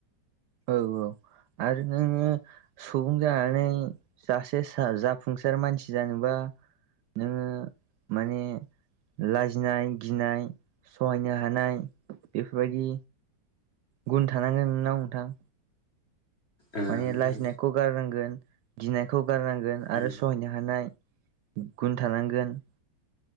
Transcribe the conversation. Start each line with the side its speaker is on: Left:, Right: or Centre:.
Right: औ औ आरो नोङो। सुबुं जानानै सासे जाफुंसार मानसि जानोबा। नोङो माने लाजिनाय गिनाय सहायनो हानाय बेफोरबायदि गुन थानांगोन नोंनाव नोंथां।
Left: ओं
Right: माने लाजिनायखौ
Left: नोंथां
Right: गारनांगोन गिनायखौ गारनांगोन। आरो
Left: उम
Right: सहायनो हानाय गुन थानांगोन।